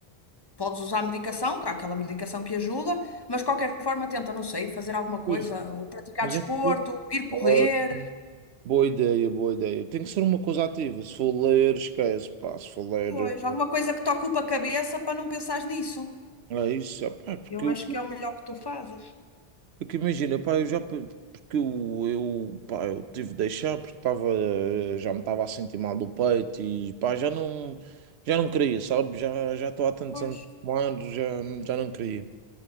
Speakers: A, on the left (about 25°); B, on the right (about 85°).
A: Podes usar medicação, que há aquela medicação que ajuda, mas de qualquer forma tenta, não sei, fazer alguma coisa,
B: Pois,
A: ou praticar
B: mas
A: desporto,
B: é-
A: ir correr,
B: Olha, Boa ideia, boa ideia. Tem que ser uma coisa ativa. Se for ler, esquece, pá. Se for ler.
A: Pois, alguma coisa que te ocupa a cabeça para não pensares nisso.
B: É isso, ah, pá, porque,
A: Eu
B: eu,
A: acho que é o melhor que tu fazes.
B: porque imagina, pá, eu já pe- porque eu, eu, pá, eu tive de deixar porque estava, já me estava a sentir mal do peito e pá, já não, já não queria, sabe? Já já estou há tantos
A: Pois.
B: anos a fumar, já, já não queria.